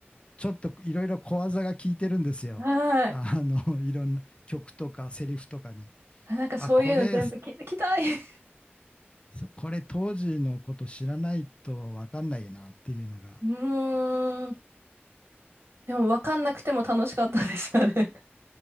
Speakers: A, on the left; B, on the right.
A: ちょっといろいろ小技が効いてるんですよ。
B: はい。
A: あの、<laughs> いろんな曲とかセリフとかに。
B: あなんかそういうの全部気づきたい。
A: あ、これ、
B: <laughs>
A: そこれ当時のこと知らないと分かんないよなっていうのが。
B: うーん。でも分かんなくても楽しかったです、あれ。